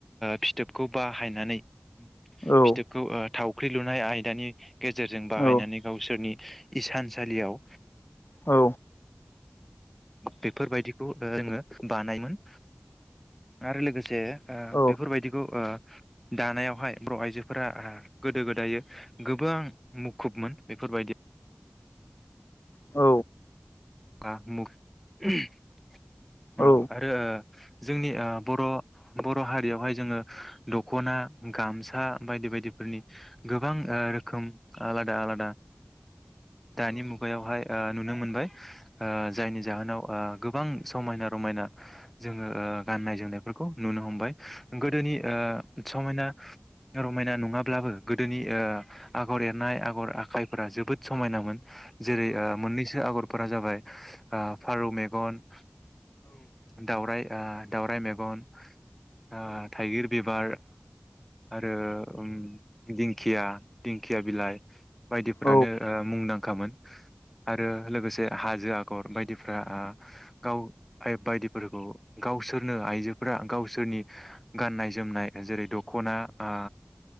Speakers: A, in the centre; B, on the left (about 65°).
A: फिथोबखौ बाहायनानै
B: औ
A: फिथोबखौ थावख्रि लुनाय आयदानि गेजेरजों बाहायनानै
B: औ
A: गावसोरनि इसानसालियाव
B: औ
A: बेफोरबायदिखौ जोङो बानायमोन आरो लोगोसे
B: औ
A: बेफोरबायदिखौ दानायावहाय बर' आइजोफोरा गोदो गोदायो गोबां मुखुबमोन बेफोरबायदि
B: औ
A: <unintelligible> औ
B: औ
A: आरो जोंनि बर' बर' हारियावहाय जोङो दख'ना गामसा बायदि बायदिफोरनि गोबां रोखोम आलादा आलादा दानि मुगायावहाय नुनो मोनबाय <inaudible> जायनि जाहोनाव ओ गोबां समायना रमायना जोङो गाननाय जोमनायफोरखौ नुनो हमबाय गोदोनि ओ समायना रमायना नङाब्लाबो गोदोनि आगर एरनाय आगर आखाइफोरा जोबोद समायनामोन जेरै मोननैसो आगर फोरा‌ जाबाय फारौ मेगन दाउराय दा दाउराइ मेगन आ थाइगिर बे ओ आरो ओम दिंखिया दिंखिया बिलाइ बायदिफ्रानो
B: औ
A: ओम मुंदांखामोन आरो लोगोसे हाजो जो आगर बायदिफ्रा गाव बायदिफोरखौ गावसोरनो आइजोफोरा गावसोरनि गाननाय जोमनाय जेरै दख'ना आ